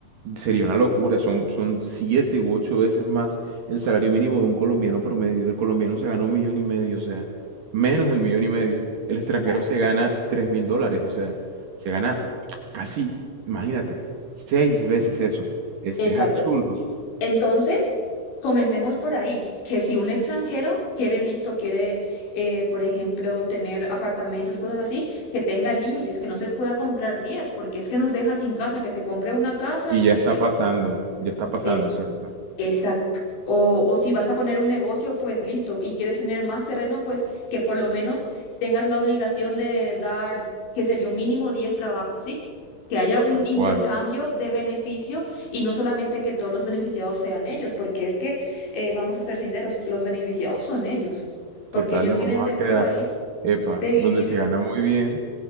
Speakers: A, on the right (about 55°); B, on the left (about 85°).
A: Sería una locura, son, son siete u ocho veces más el salario mínimo de un colombiano promedio. El colombiano se gana un millón y medio, o sea, menos del millón y medio. El extranjero
B: Exacto,
A: se gana tres mil dólares, o sea, se gana casi, imagínate, seis veces eso. Es,
B: exacto.
A: es absurdo.
B: Entonces, comencemos por ahí, que si un extranjero quiere listo, quiere, eh, por ejemplo, tener apartamentos, cosas así, que tenga límites, que no se pueda comprar 10 porque es que nos deja sin casa, que se compre una casa,
A: Y ya está
B: Sí,
A: pasando, ya está pasando,
B: eh,
A: ¿cierto?
B: Exacto. O, o si vas a poner un negocio, pues listo, y quieres tener más terreno, pues que por lo menos tengas la obligación de dar, qué sé yo, mínimo 10 trabajos, ¿sí? Que haya un
A: Tal
B: intercambio
A: cual.
B: de beneficio y no solamente que todos los beneficiados sean ellos, porque es que, eh, vamos a ser sinceros, los beneficiados son ellos, porque
A: Total,
B: ellos
A: nos
B: vienen
A: vamos
B: de
A: a quedar,
B: un país
A: epa,
B: de vivir,
A: donde se gana muy bien,